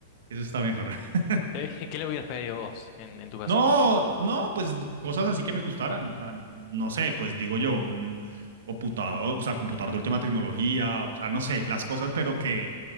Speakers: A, on the right; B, on the left.
A: Eso está mejor. <laughs>
B: Eh, ¿Qué le hubieras pedido vos en, en tu caso?
A: No, no, pues cosas así que me gustaran, o sea, no, no sé, pues digo yo, un computador, o sea, computador de última tecnología, o sea, no sé, las cosas, pero que